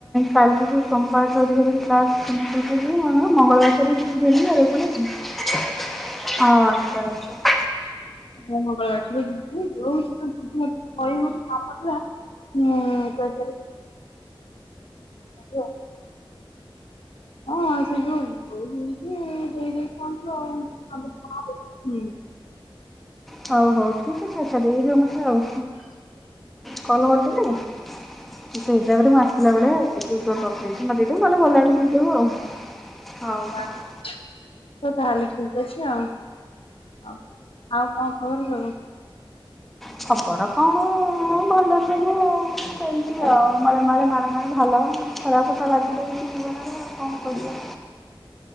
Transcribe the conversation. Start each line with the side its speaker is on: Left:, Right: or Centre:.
Centre: କାଲିୁଠୁ ସୋମବାର ଠାରୁ ଦେଖିଆଜିବି ଯଦି କ୍ଲାସ <unintelligible> ଜିବି ନହେଲେନାଇଁ ମଙ୍ଗଳବାର ଠାରୁ ଯିବି ଆଉ <inaudible> ଓ ଆଛା ଆଛା।
Left: ହଁ ମଙ୍ଗଳ ଠୁ ଯିବୁ ଯଉଦିନ ଯିବୁ ମତେ କହିବୁ ଗୋଟେ କାମଥିଲା। ମୁଁ କ ହଁ। ହଁ ସେ ଜଉ <inaudible> ଦେଇ ଦେଇଦେଇଥାନ୍ତୁ ଆଉ। ହୁଁ।
Centre: ହଉ ହଉ ଠିକ୍ ଅଛି ଆଛା ଦେଇ ଏ ଯଉ ମତେ ଆଉ କଲ କରିଦେଲେ ସେଇ ହିସାବରେ ମୁଁ ଆସିଲା ବେଳେ ଏଇଠି କୋଉଠି ରଖିଦେଇଥିବୁ ମତେ ଦେଇଦେବୁ, ନହେଲେ ଗଲାବେଳେ ଦେଇଦବୁ ଆଉ। ହଉ
Left: ହଁ ତାହଲେ
Centre: ତାହେଲେ।
Left: ହ ତାହେଲେ ଠିକ ଅଛି ଆଉ। ହଉ ଆଉ କଣ ଖବର ସବୁ?
Centre: ଖବର କଣ ଭଲସବୁ ସେମିତି
Left: ଓ
Centre: ଆଉ। ମଳେ ମଳେ ମାଳେ ମାଳେ ଭଲ ଖରାପ ତ ଲାଗି ରହିଛି ଜୀବନରେ ଆଉ କଣ କରିବା।